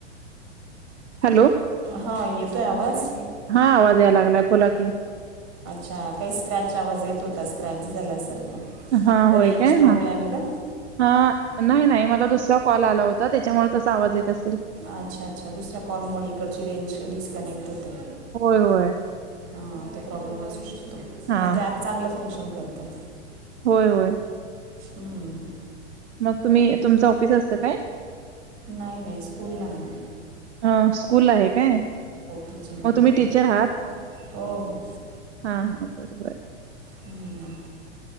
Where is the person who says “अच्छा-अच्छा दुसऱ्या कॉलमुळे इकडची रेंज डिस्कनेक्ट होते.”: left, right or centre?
Right